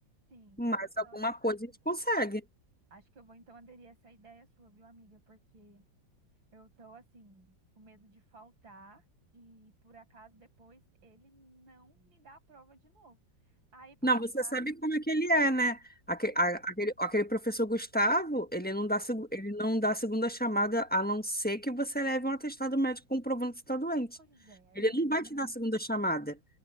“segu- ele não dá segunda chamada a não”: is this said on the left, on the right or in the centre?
Centre